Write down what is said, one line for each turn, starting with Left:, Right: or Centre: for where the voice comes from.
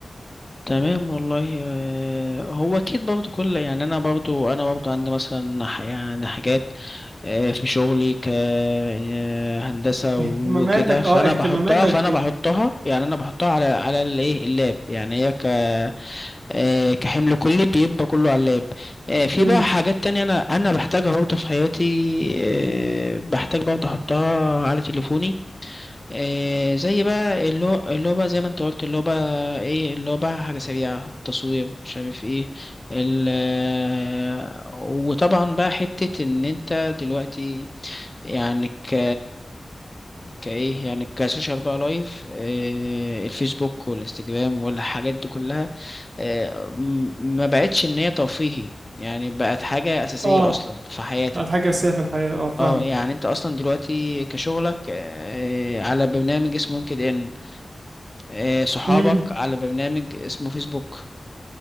Left: تمام والله آه، هو اكيد برضو كل يعني انا برضو انا برضو عندي مثلا ح- يعني حاجات آه، في شغلي كهندسة وكده
Right: اهتماماتك
Left: فانا
Right: اه اهتماماتك
Left: بحطها فانا
Right: غيري
Left: بحطها يعني انا بحطها على على الايه اللاب يعني هي ك آه، كحمل كلي بيبقى كله على اللاب آه، في
Right: امم
Left: بقى حاجات تانية انا انا بحتاجها برضو في حياتي آه، بحتاج برضو احطها على تليفوني إيه زي بقى اللو- اللعبة زي ما انت قلت اللعبة ايه اللعبة حاجة سريعة التصوير مش عارف ايه ال <laughs> وطبعا بقى حتة ان انت دلوقتي يعني ك كايه يعني كسوشيال بقى لايف إيه الفيسبوك والانستجرام والحاجات دي كلها إيه م- ما بقتش ان هي ترفيهي يعني بقت حاجة أساسية
Right: اه
Left: أصلا في حياتك
Right: بعد حاجة اساسية في الحياة اه فاهمك
Left: اه يعني انت اصلا دلوقتي كشغلك آه، على برنامج اسمه لينكد ان آه، صحابك
Right: امم
Left: على برنامج اسمه فيسبوك